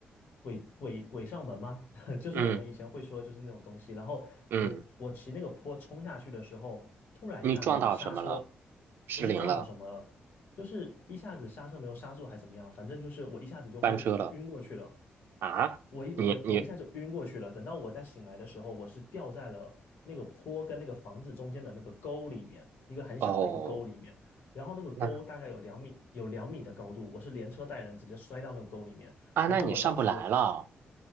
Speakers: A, on the left (about 75°); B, on the right (about 80°).
A: 鬼鬼鬼上门吗？就是我们以前会说，
B: 嗯
A: 就是那种东西。然后我我骑那个坡冲下去的时候，
B: 嗯，
A: 突然一下子刹车，
B: 你撞到什么了？失灵了？
A: 不是撞到什么了，就是一下子刹车没有刹住，还怎么样？反正就是我一下子就懵，
B: 翻车了？
A: 就晕过去了。
B: 啊？
A: 我一我我一下就晕过去了。
B: 你你
A: 等到我再醒来的时候，我是掉在了那个坡跟那个房子中间的那个沟里面，一个很小的一个沟里面。
B: 哦，
A: 然后那个沟大概有两米，
B: 那
A: 有两米的高度，我是连车带人直接摔到那个沟里面。
B: 啊，
A: 然后我当时
B: 那你上不来了。